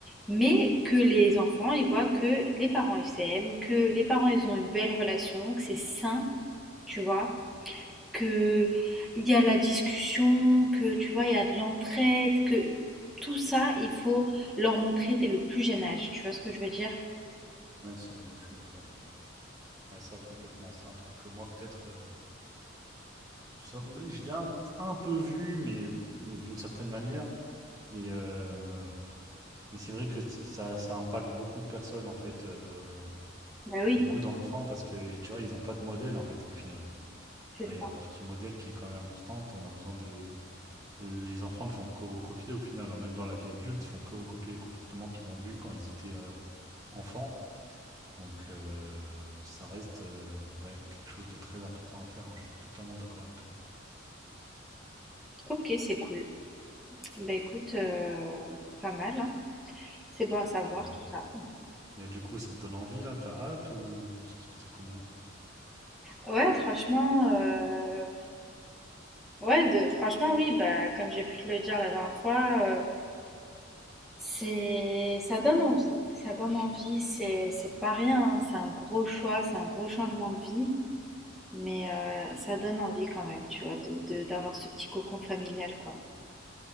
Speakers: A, in the centre; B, on the right.
A: mais que les enfants, ils voient que les parents, ils s'aiment, que les parents, ils ont une belle relation, que c'est sain, tu vois, que il y a la discussion, que tu vois, il y a de l'entraide, que tout ça, il faut leur montrer dès le plus jeune âge. Tu vois ce que je veux dire?
B: ouais, c'est vrai, je suis d'accord. Ouais, ça complètement. C'est un truc que moi, peut-être, euh, ça- je l'ai un, un peu vu, mais euh, d'une certaine manière. Et, euh, mais c'est vrai que ça, ça impacte beaucoup de personnes, en fait, euh,
A: Bah oui,
B: beaucoup d'enfants, parce que, tu vois, ils n'ont pas de modèle, en fait, au final. Tu
A: c'est
B: vois,
A: ça.
B: il y a la partie modèle qui est quand même importante. On a besoin de... Les enfants ne font que recopier, au final, hein, même dans la vie adulte, ils font que recopier les comportements qu'ils ont vus quand ils étaient euh, enfants. Donc, euh, ça reste euh, ouais, quelque chose de très important à faire. hein. Je suis totalement d'accord avec toi.
A: Ok, c'est cool. Bah écoute, euh, pas mal, hein. C'est bon à savoir
B: Ouais.
A: tout ça.
B: Et du coup, ça te donne envie là? T'as hâte ou ça se passe comment?
A: Ouais, franchement, euh, Ouais, de, franchement, oui, bah, comme j'ai pu te le dire la dernière fois, euh, c'est, ça donne envie. Ça donne envie, c'est, c'est pas rien, hein, c'est un gros choix, c'est un gros changement de vie, mais euh, ça donne envie quand même, tu vois, de, de- d'avoir ce petit cocon familial, quoi,